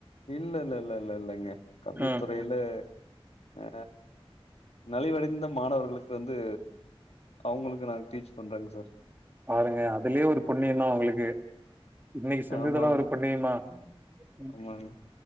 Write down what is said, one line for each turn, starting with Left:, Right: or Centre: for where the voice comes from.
Left: இல்ல இல்ல இல்ல இல்ல இல்லைங்க கல்வித்துறை
Right: ம்
Left: ல ஆ நலிவடைந்த மாணவர்களுக்கு வந்து அவுங்களுக்கு நாங்க டீச் பண்றேங்க சார்
Right: பாருங்க அதுலயு ஒரு புண்ணியோ தா உங்களுக் கு இன்னைக்கு செஞ்சதெல்லா
Left: ஆமா ஆமா
Right: ஒரு புண்ணியமா ம்
Left: ஆமாங்க